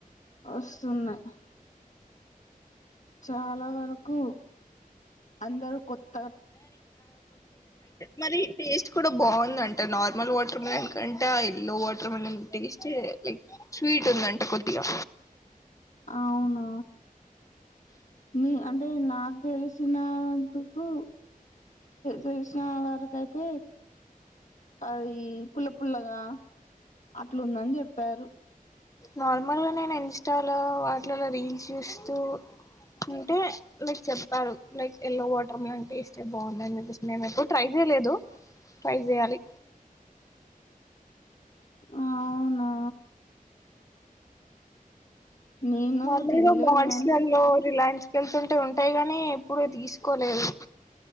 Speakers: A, on the left; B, on the left.
A: వస్తున్నాయి. చాలా వరకు అందరు కొత్త
B: మరి టేస్ట్ కూడా బాగుంది అంట నార్మల్ వాంట వాటర్ మలన్ కంటా ఎల్లో వాటర్మెెలన్ టేస్ట్ ఎక్ స్వీట్ ఉంద అంట కొద్దిగా
A: అవునా న అంటే నాకు తెలిసినందుకు తెలిసిన వరక అయితే అది పుల్ల పల్లగా అట్లుందని చెప్పారు
B: నార్మల్గా నేను ఇన్స్టాలో వాటిలలో రీల్స్ చూస్తూ ఉంటే లైక్ చెప్పారు లైక్ ఎల్లో వాటర్ మిలన్ అంటే టెస్ట్ బాగుందిని చెప్పేసి మేము ఎప్పుడు ట్రై చేయలేదు ట్రై చేయాలి
A: అవునా నేను
B: నార్మ్
A: తినలేదు
B: ల్గ మాల్స్
A: గానీ
B: లల్లో రిలయన్స్ వెళ్తుంటే ఉంటాయి గాని ఎప్పుడు తీసుకోలేదు